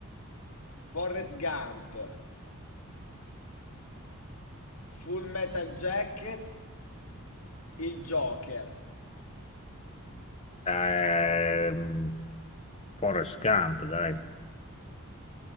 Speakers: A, on the left (about 85°); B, on the left (about 30°).
A: Forrest Gump, Full Metal Jacket, Il Joker.
B: Ehm, Forrest Gump, dai.